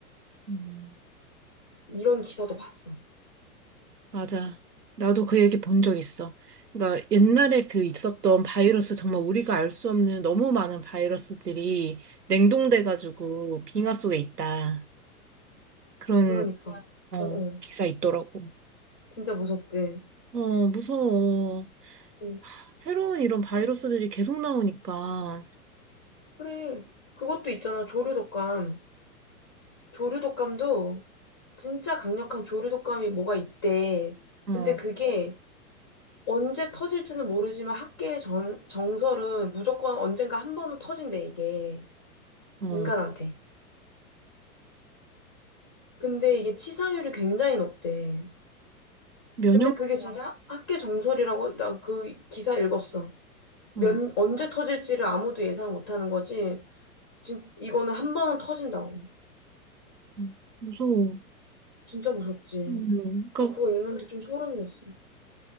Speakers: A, on the right; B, on the left.
A: 음,
B: 이런 기사도 음, 봤어.
A: 맞아. 나도 그 얘기 본 적 있어. 그러니까 옛날에 그 있었던 바이러스 정말 우리가 알 수 없는 너무 많은 바이러스들이 냉동돼가지고 빙하 속에 있다. 그런
B: 그러니까.
A: 어,
B: 음. 어, 어.
A: 기사 있더라고.
B: 진짜 무섭지.
A: 어, 무서워.
B: 응.
A: 새로운 이런 바이러스들이 계속 나오니까
B: 그래. 그것도 있잖아. 조류 독감. 조류독감도 진짜 강력한 조류독감이 뭐가 있대.
A: 어,
B: 근데 그게 언제 터질지는 모르지만 학계의 정, 정설은 무조건 언젠가 한 번은 터진대, 이게.
A: 어,
B: 인간한테. 근데 이게 치사율이 굉장히 높대.
A: 면역
B: 근데 그게 진짜 학- 학계 정설이라고 나 그 기사 읽었어. 몇,
A: 어,
B: 언제 터질지를 아무도 예상 못하는 거지. 진, 이거는 한 번은 터진다고.
A: 어, 무서워.
B: 진짜 무섭지.
A: 음, 그러니까
B: 나 그거 읽는데 좀 소름이었어.